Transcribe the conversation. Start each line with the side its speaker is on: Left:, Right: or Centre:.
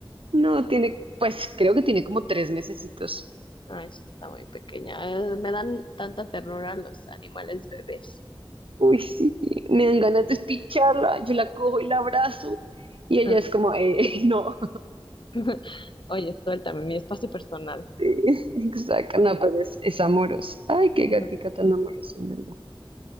Right: No, tiene, pues creo que tiene como tres mesecitos.
Left: Ay, sí, está muy pequeña. Eh, Me dan tanta ternura los animales bebés.
Right: Uy, sí, me dan ganas de picharla. Yo la cojo y la abrazo. Y ella
Left: Ajá.
Right: es como, eh, <laughs> no.
Left: <laughs> Oye, suéltame, mi espacio personal.
Right: Sí, Exacto, no, pero es, es amorosa. Ay, qué
Left: Ujú.
Right: gatica tan amorosa, en verdad.